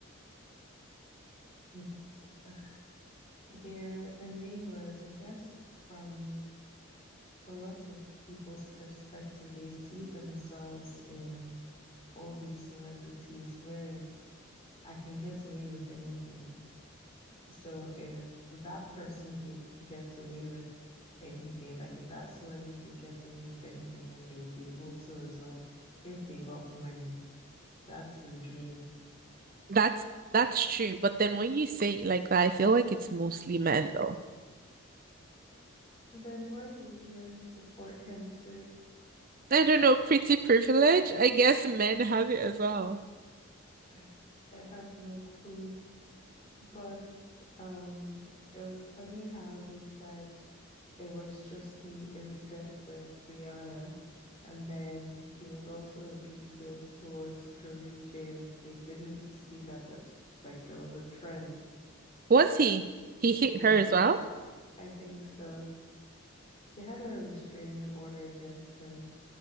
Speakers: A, on the left; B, on the right.
A: It's <sighs> uh, they're enablers, I guess, from. a lot of people's perspective, they see themselves in all these celebrities where it's, I can get away with anything. So if that person get, gets away with anything, like if that celebrity gets away with anything, then they will be able to as well if they got money. That's the dream.
B: That's that's true, but then when you say it like that, I feel like it's mostly men though.
A: Then why do women support him too?
B: I don't know, pretty privilege. I guess men have it as well.
A: I I have no clue. But um, it was funny how they said it was just the incident with Rihanna, and then he was also abusive towards Karrueche, and they didn't see that the, like there was a trend.
B: Was he? He hit
A: Yeah,
B: her as well?
A: I think so. She had a restraining order against him.